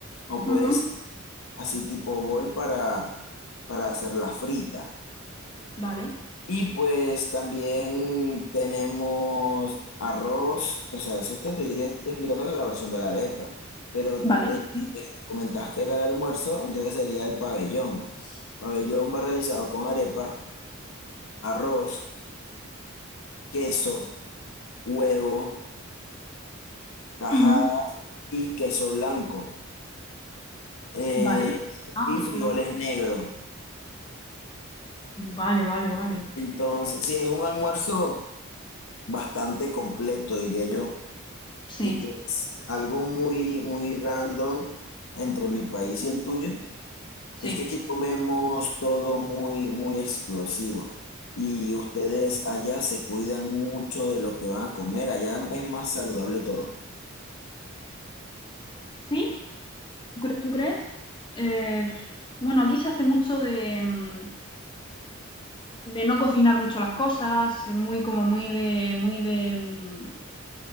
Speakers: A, on the left; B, on the left.
A: O puede
B: Ujú.
A: así tipo bol para, para hacer la frita.
B: Vale.
A: Y pues también tenemos arroz, o sea, eso te estoy explicando la versión de la arepa, pero
B: Vale,
A: eh,
B: sí, sí.
A: me comentabas que era de almuerzo, entonces sería el pabellón. Pabellón va realizado con arepa, arroz, queso, huevo, tajada
B: Ujú.
A: y queso blanco eh,
B: Vale. Ah,
A: y
B: queso
A: frijoles
B: blanco.
A: negros.
B: Vale, vale, vale.
A: Entonces, si es un almuerzo bastante completo, diría yo.
B: Sí,
A: Y pues algo muy, muy random entre mi país y el tuyo
B: sí.
A: es que aquí comemos todo muy, muy explosivo. Y ustedes allá se cuidan mucho de lo que van a comer. Allá es más saludable todo.
B: ¿Sí? ¿Tú cre- tú crees? Eh, bueno, aquí se hace mucho de, mm, de no cocinar mucho las cosas, eh, muy como muy de, muy de, mm,